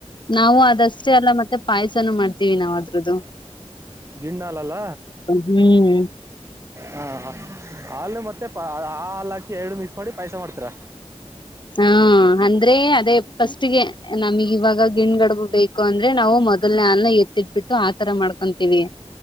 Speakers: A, on the left (about 45°); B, on the right (about 25°).
A: ನಾವು ಅದಷ್ಟೇ ಅಲ್ಲ ಮತ್ತೆ ಪಾಯಸನ ಮಾಡ್ತೀವಿ ನಾವದ್ರದ್ದು
B: ಗಿಣ್ಣಾಲಲ್ಲ
A: ಹ್ಮ್
B: ಹಾ ಹ ಹಾಲು ಮತ್ತೆ ಆ ಹಾಲಾ ಎರಡು ಮಿಸಕ್ಸ್ ಮಾಡಿ ಪಾಯಸ ಮಾಡ್ತರಾ
A: ಹಾ ಅಂದ್ರೆ ಅದೇ ಫಸ್ಟ್ಗೆ ನಮಗ್ ಇವಾಗ ಗಿಣ್ ಗಡ್ಬ ಬೇಕು ಅಂದ್ರೆ ನಾವು ಮೊದಲ್ನೇ ಅ ಎತ್ತಿಟ್ಬಿಟ್ಟು ಆತರ ಮಾಡ್ಕೊಂತೀವಿ